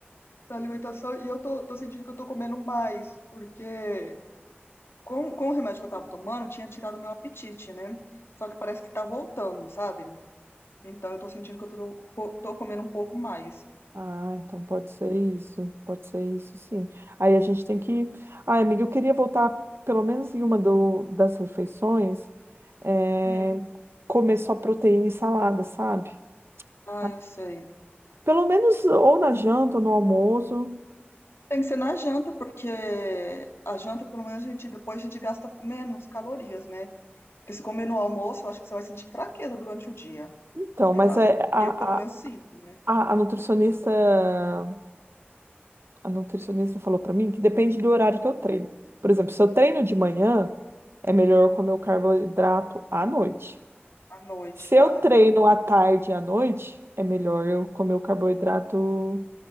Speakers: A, on the left (about 75°); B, on the right (about 70°).
A: pra alimentação e eu tô, tô sentindo que eu tô comendo mais, porque com, com o remédio que eu tava tomando, tinha tirado meu apetite, né? Só que parece que tá voltando, sabe? Então eu tô sentindo que eu tô, co- tô comendo um pouco mais.
B: Ah, então pode ser isso, pode ser isso, sim. Aí a gente tem que. Ah, amiga, eu queria voltar pelo menos em uma do, das refeições, é,
A: Hum,
B: comer só proteína e salada, sabe?
A: ah,
B: Ah,
A: eu sei.
B: Pelo menos ou na janta ou no almoço.
A: Tem que ser na janta, porque a janta, pelo menos, a gente, depois a gente gasta menos calorias, né? Porque se comer no almoço, eu acho que você vai sentir fraqueza durante o dia.
B: Então,
A: Sei
B: mas
A: lá.
B: é, a,
A: Eu, pelo menos,
B: a,
A: sinto, né?
B: a a nutricionista, a nutricionista falou para mim que depende do horário que eu treino. Por exemplo, se eu treino de manhã, é melhor eu comer o carboidrato à noite.
A: À noite.
B: Se
A: Ah,
B: eu treino
A: tá.
B: à tarde e à noite, é melhor eu comer o carboidrato,